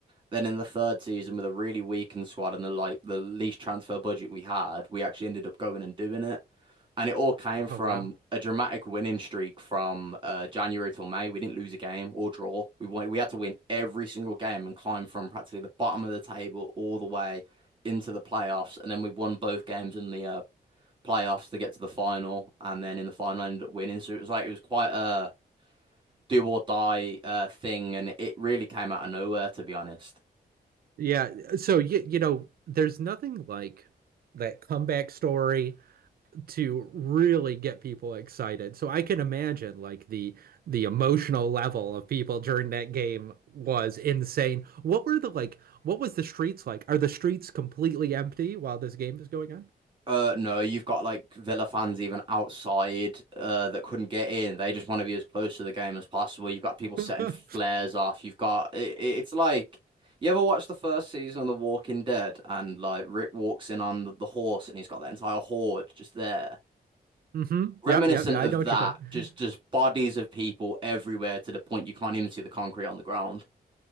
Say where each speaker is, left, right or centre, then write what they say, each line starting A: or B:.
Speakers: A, on the right; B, on the right.
A: Then in the third season, with a really weakened squad and the like the least transfer budget we had, we actually ended up going and doing it. And it all came from
B: Oh wow.
A: a dramatic winning streak from uh, January till May. We didn't lose a game or draw. We won we had to win every single game and climb from practically the bottom of the table all the way into the playoffs. And then we won both games in the uh, playoffs to get to the final, and then in the final ended up winning. So it was like it was quite a do or die uh, thing, and it really came out of nowhere, to be honest.
B: Yeah, so you, you know, there's nothing like that comeback story to really get people excited. So I can imagine like the the emotional level of people during that game was insane. What were the like what was the streets like? Are the streets completely empty while this game is going
A: Uh, no, you've got like Villa fans even outside uh that couldn't get in. They just want to be as close to the game as possible. You've got people setting
B: on?
A: flares
B: <laughs>
A: off. You've got it, it's like you ever watched the first season of The Walking Dead and like Rick walks in on the, the horse and he's got that entire horde just there.
B: Mm-hmm.
A: Reminiscent
B: Yep, yep, yeah,
A: of
B: I know what
A: that,
B: you're talking
A: just just bodies of people everywhere to the point you can't even see the concrete on the ground.